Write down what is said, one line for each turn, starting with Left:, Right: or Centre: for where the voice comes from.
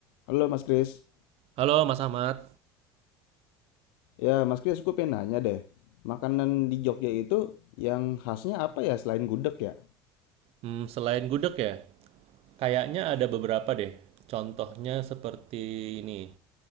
Left: Halo Mas Kris.
Right: Halo Mas Ahmad,
Left: Ya, Mas Kris, aku pengen nanya deh. Makanan di Jogja itu yang khasnya apa ya selain gudeg ya?
Right: Hmm, selain gudeg ya, kayaknya ada beberapa deh. Contohnya seperti ini,